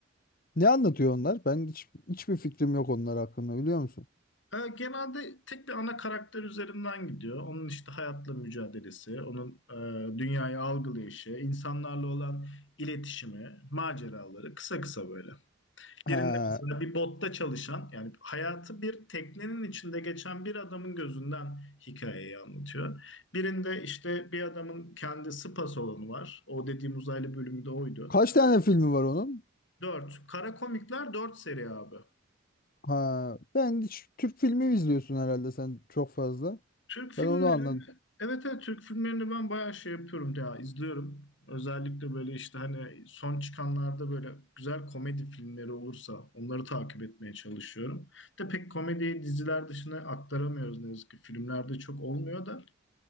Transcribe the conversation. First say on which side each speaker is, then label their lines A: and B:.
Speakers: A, on the left; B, on the left.
A: Ne anlatıyor onlar? Ben hiç, hiçbir fikrim yok onlar hakkında biliyor musun?
B: E, genelde tek bir ana karakter üzerinden gidiyor. Onun işte hayatla mücadelesi, onun e, dünyayı algılayışı, insanlarla olan iletişimi, maceraları kısa kısa böyle.
A: Ha,
B: Birinde mesela bir botta çalışan, yani hayatı bir teknenin içinde geçen bir adamın gözünden hikayeyi anlatıyor. Birinde işte bir adamın kendi spa salonu var. O dediğim uzaylı bölümü de oydu.
A: kaç tane filmi var onun?
B: Dört. Kara Komikler dört seri abi.
A: Ha, ben hiç Türk filmi izliyorsun herhalde sen çok fazla.
B: Türk filmleri,
A: Ben onu anladım.
B: evet evet Türk filmlerini ben bayağı şey yapıyorum ya izliyorum. Özellikle böyle işte hani son çıkanlarda böyle güzel komedi filmleri olursa onları takip etmeye çalışıyorum. De pek komediyi diziler dışına aktaramıyoruz ne yazık ki. Filmlerde çok olmuyor da.